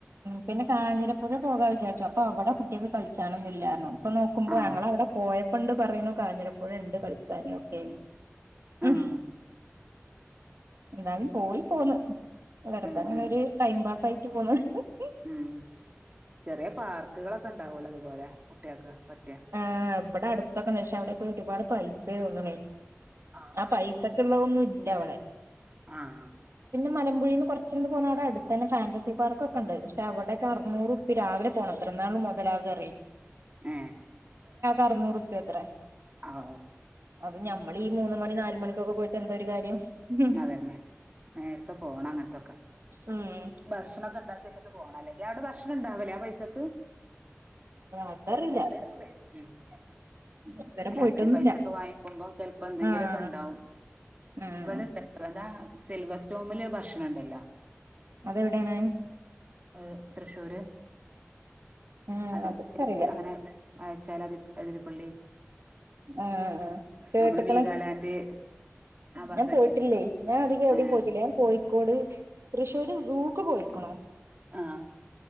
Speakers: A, on the right; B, on the right.
A: പിന്നെ കാഞ്ഞിരപ്പുഴ പോകാ വിചാരിച്ചു അപ്പൊ അവിടെ കുട്ടികൾക്ക് കളിച്ചണ ഇില്ലായിരുന്നു ഇപ്പൊ നോക്കുമ്പോ
B: ആഹ്
A: ഞങ്ങളവിടെ പോയ പ്പണ്ട് പറയുന്നു കാഞ്ഞിരപ്പോഴ ഉണ്ട് കളിക്കാനും ഒക്കെന്ന് ഉ
B: ആഹ്
A: എന്താലും പോയി പോന്ന് വെറുതെ
B: ഉം
A: അങ്ങനെൊ
B: ഉം
A: ഒരു ടൈം പാസ് ആയി ഹ്ഹ
B: ഉം ചെറിയ പാർക്കുകളൊക്കെ ഉണ്ടാവല്ലോ അതുപോലെ കുട്ടികൾക്ക്റ്റ
A: ആ ഇവിടെ അടുത്തൊക്കെ പക്ഷേ അവിടെക്ക ഒരുപാട് പൈസ തോന്നണേ
B: ആഹ്
A: ആ പൈസക്കെ ഉള്ളതൊന്നും ഇല്ല അവിടെ
B: ആഹ
A: മലമ്പുയേന്ന് കുറച്ച് പോന്നാൽ അവിടെ അടുത്തനെ ഫാന്റസി പാർക്കൊക്കെ ഉണ്ട് പക്ഷേ അവിടെയക്കെ അറുന്നൂരൂപപ്യ രാവില പോണത് <unintelligible> നാൾ മുതലാകെ അറി
B: എ
A: അറനൂറൂപ്യ അത്രേ
B: ആഹ്
A: അത് ഞമ്മൾ ഈ മൂന്ന് മണി നാലുമണിക്കൊക്കെ പോയിട്ട് എന്തോ ഒരു കാര്യം. ഉം
B: അതന്നെ നേരത്തെ പോണം അങ്ങനത്തൊക്കെ.
A: ഉം
B: ഭക്ഷണമ ഒക്കെ ഉണ്ടാക്കി വെച്ചിട്ട് പോകണം അല്ലെങ്കിൽ അവിടെ ഭക്ഷണം ഉണ്ടാവില്ലേ ആ പൈസക്ക് <unintelligible>
A: അതറിയില്ല ഇതുവരെ
B: അല്ല
A: പോയിട്ടൊന്നുല്ല
B: അത്രയും പൈസൊക്കെ വാങ്ങിക്കുമ്പോ ചിലപ്പോ എന്തെങ്കിലുമൊക്കെ
A: ആഹ്
B: ഉണ്ടാവും.
A: ആഹ്
B: ഇവിടെണ്ട എന്താ സിൽവർ സ്റ്റോമില് ഭക്ഷണണ്ടല്ലോ.
A: അതെവിടെയാണ്?
B: ഏ തൃശ്ശൂര്.
A: മ്
B: അതിർപ്പ
A: അതക്കറില്ല.
B: അങ്ങനെ വായച്ചാൽ അതിര് പള്ളി
A: ആഹ് കേട്ട്ക്ക്ണ്
B: നമ്മളെ വീഗാലാൻഡ്. <unintelligible>
A: ഞാൻ പോയിട്ടില്ലേ
B: ആയിട്ടേ
A: ഞാൻ അധികം എവിടയും
B: ആഹ്
A: പോയിട്ടില്ല ഞാൻ കോഴിക്കോട് തൃശ്ശൂര് സൂക്ക് പോയിക്ണൂ.
B: ആഹ്